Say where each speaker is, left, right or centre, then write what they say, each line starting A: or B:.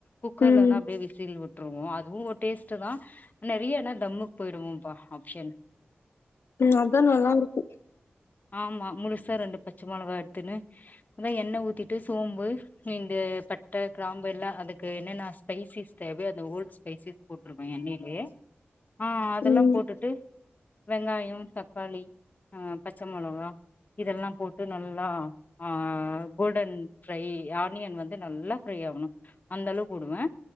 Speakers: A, on the left; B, on the left.
A: குக்கர்லனா
B: ம்
A: அப்படியே விசில் விட்டுருவோ அது. அதுவு ஒரு டேஸ்ட் தா நிறைய என்ன தம்முக்கு போயிடுவோம்பா ஆப்ஷன்.
B: உம் அதா நல்லா இருக்கு
A: ஆமா முழுசா ரெண்டு பச்ச மிளகா. அத எண்ணெ ஊத்திட்டு சோம்பு இந்த பட்ட கிராம்பு எல்லா அதுக்கு என்னன்ன ஸ்பைசிஸ் தேவ அத ஓல்டு் ஸ்பைசிஸ் போட்டிருவே எண்ணெயிலயே. ஆ அதெல்லா
B: ம்
A: போட்டுட்டு. வெங்காய தக்காளி ஆ பச்ச மிளகா இதெல்லா போட்டு நல்லா. ஆ கோல்டன் ஃரை ஆனியன் வந்து நல்லா ஃப்ரை ஆகணு அந்த அளவுக்கு கூடுவே